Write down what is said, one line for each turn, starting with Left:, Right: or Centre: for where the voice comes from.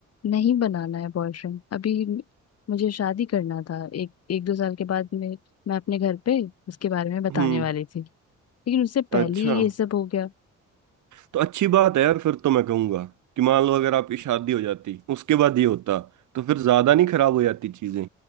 Left: नहीं बनाना है बॉयफ्रेंड अभी म- मुझे शादी करना था एक एक दो साल के बाद मैं मैं अपने घर पे उसके बारे में बताने
Right: हम्म
Left: वाली थी लेकिन उससे पहले
Right: अच्छा
Left: ही ये सब हो गया
Right: तो अच्छी बात है यार फिर तो मैं कहूंगा कि मान लो अगर आपकी शादी हो जाती उसके बाद ये होता तो फिर ज्यादा नहीं खराब हो जाती चीजें